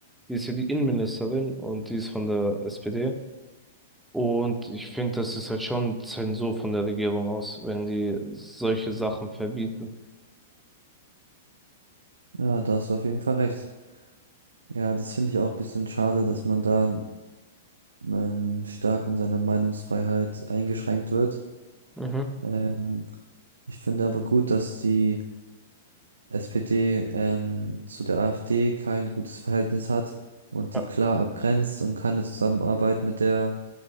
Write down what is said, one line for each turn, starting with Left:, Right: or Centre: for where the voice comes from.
Centre: Die ist ja die Innenministerin und die ist von der SPD. Und ich finde, das ist halt schon Zensur von der Regierung aus, wenn die solche Sachen verbieten.
Right: Ja, da hast du auf jeden Fall recht. Ja, das finde ich auch ein bisschen schade, dass man da ähm, stark in seiner Meinungsfreiheit eingeschränkt wird.
Centre: Mhm.
Right: Ähm, ich finde aber gut, dass die SPD ähm, zu der AfD kein gutes Verhältnis hat und
Centre: Ja.
Right: die klar abgrenzt und keine Zusammenarbeit mit der